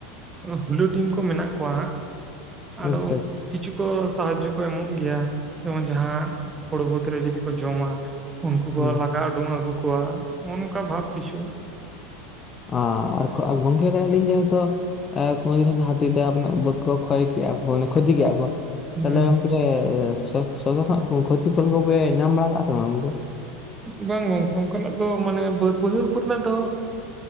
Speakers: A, on the right (about 20°); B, on the left (about 25°).
A: ᱦᱩᱞᱩ ᱴᱤᱢᱠᱚ ᱢᱮᱱᱟᱜ ᱠᱚᱣᱟ ᱟᱫᱚ
B: ᱟᱪᱪᱷᱟ
A: ᱩᱱᱠᱩ ᱠᱚ ᱠᱤᱪᱷᱩ ᱠᱚ ᱥᱟᱦᱟᱡᱡᱚ ᱠᱚ ᱮᱢᱚᱜ ᱜᱮᱭᱟ ᱡᱮᱢᱚᱱ ᱡᱟᱦᱟᱸ ᱦᱩᱲᱩ ᱵᱟᱹᱫᱨᱮ ᱡᱚᱫᱤ ᱠᱚ ᱡᱚᱢᱟ᱾ ᱩᱱᱠᱩ ᱠᱚ
B: ᱦᱩᱸ
A: ᱞᱟᱜᱟ ᱩᱰᱩᱝ ᱟᱹᱜᱩ ᱠᱚᱣᱟ ᱚᱱᱚᱠᱟ ᱵᱷᱟᱵᱽ ᱠᱤᱪᱷᱩ
B: ᱚ ᱟᱨ ᱜᱚᱝᱠᱮ ᱟᱹᱞᱤᱧ ᱡᱮᱦᱮᱛᱩ ᱮ ᱠᱩᱱᱨᱤᱱ ᱦᱟᱹᱤᱛᱮ ᱟᱱᱮᱱᱟᱜ ᱵᱟᱹᱫ ᱠᱚ ᱠᱷᱚᱭ ᱠᱮᱣᱟ ᱠᱚ ᱢᱟᱱᱮ ᱠᱷᱚᱛᱤ ᱠᱮᱣᱟᱠ ᱾
A: ᱦᱩᱸ
B: ᱛᱟᱦᱞᱮ ᱜᱚᱝᱠᱮ ᱥᱚ ᱥᱚ ᱫᱚ ᱦᱟᱸᱜ ᱠᱷᱚᱛᱤ ᱯᱩᱨᱚᱱ ᱠᱚᱯᱮ ᱧᱟᱢ ᱵᱟᱲᱟ ᱠᱟᱜᱼᱟ ᱥᱮ ᱵᱟᱝ ᱜᱚᱝᱠᱮ
A: ᱵᱟᱝ ᱜᱚᱝᱠᱮ ᱚᱱᱠᱟᱱᱟᱜ ᱫᱚ ᱢᱟᱱᱮ ᱵᱟᱹᱫᱽ ᱵᱟᱹᱭᱦᱟᱹᱲ ᱠᱚᱨᱮᱱᱟᱜ ᱫᱚ,